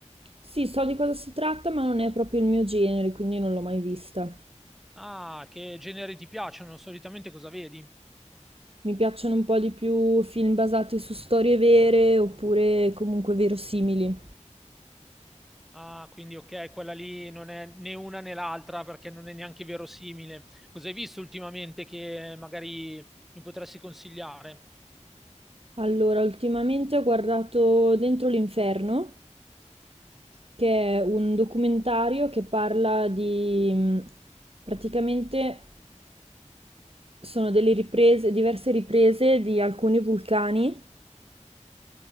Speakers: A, on the right; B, in the centre.
A: Sì, so di cosa si tratta, ma non è proprio il mio genere, quindi non l'ho mai vista.
B: Ah, che generi ti piacciono? Solitamente cosa vedi?
A: Mi piacciono un po' di più film basati su storie vere oppure comunque verosimili.
B: Ah, quindi ok, quella lì non è né una né l'altra perché non è neanche verosimile. Cosa hai visto ultimamente che magari mi potresti consigliare?
A: Allora, ultimamente ho guardato Dentro l'Inferno, che è un documentario che parla di... mh, praticamente sono delle riprese, diverse riprese di alcuni vulcani